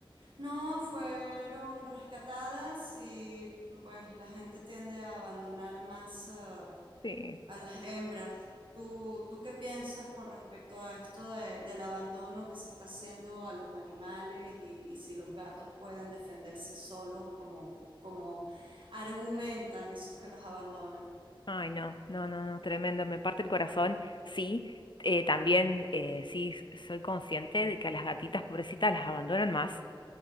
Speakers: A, on the right (about 65°); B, on the left (about 60°).
A: No, fueron rescatadas y pues la gente tiende a abandonar más ah,
B: Sí.
A: a las hembras. ¿Tú, tú qué piensas con respecto a esto de- del abandono que se está haciendo a los animales y, y si los gatos pueden defenderse solos como, como argumentan esos que los abandonan?
B: Ay, no, no, no, no, tremendo, me parte el corazón. Sí, eh, también, eh, sí, s- soy consciente de que a las gatitas pobrecitas las abandonan más.